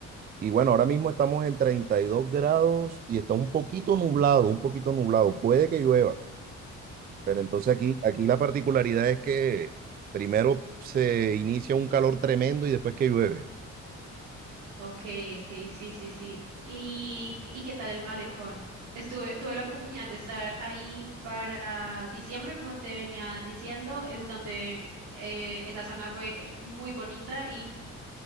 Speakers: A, on the right (about 30°); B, on the right (about 85°).
A: Y bueno, ahora mismo estamos en 32 grados y está un poquito nublado, un poquito nublado. Puede que llueva. Pero entonces aquí, aquí la particularidad es que primero se inicia un calor tremendo y después que llueve,
B: Okay, okay, sí, sí, sí. ¿Y, y qué tal el malecón? Estuve, tuve la oportunidad de estar ahí para diciembre, como te venía diciendo, es donde eh, esa zona fue muy bonita